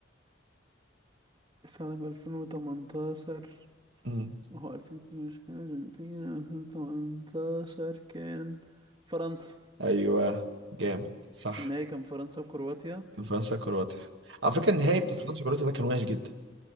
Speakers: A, on the right (about 30°); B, on the right (about 75°).
A: سنة 2018
B: مم.
A: هو 2022 أرجنتين 2018 كان فرنسا
B: ايوه جامد صح
A: في النهاية كان فرنسا وكرواتيا
B: فرنسا كرواتيا على فكرة النهائي
A: اه
B: بتاع
A: كان
B: فرنسا كرواتيا ده كان وحش جدا